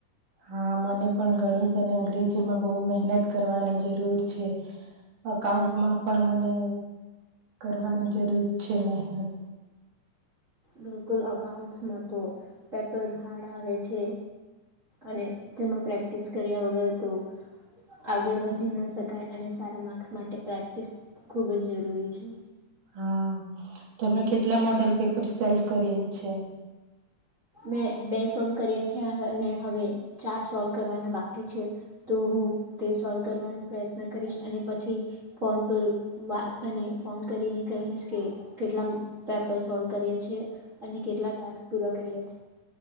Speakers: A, on the right (about 75°); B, on the right (about 45°).
A: હા મને પણ ગણિત અને અંગ્રેજીમાં બહુ મહેનત કરવાની જરૂર છે. અકાઉન્ટમાં પણ મને કરવાની જરૂર છે મહેનત.
B: બિલકુલ અકાઉન્ટસમાં તો પેપર હાર્ડ આવે છે. અને તેમાં પ્રેક્ટિસ કર્યા વગર તો આગળ વધી ન શકાય અને સારા માર્ક્સ માટે પ્રેક્ટિસ ખુબ જ જરૂરી છે.
A: હા, તમે કેટલા મોડલ પેપર સોલ્વ કર્યા છે?
B: મેં બે સોલ્વ કર્યા છે અને હવે ચાર સોલ્વ કરવાના બાકી છે. તો હું તે સોલ્વ કરવાનો પ્રયત્ન કરીશ અને પછી ફોન પર વાત અને ફોન કરીને કહીશ કે કેટલા પેપર સોલ્વ કરીએ છીએ, અને કેટલા ટાસ્ક પૂરા કરીએ છી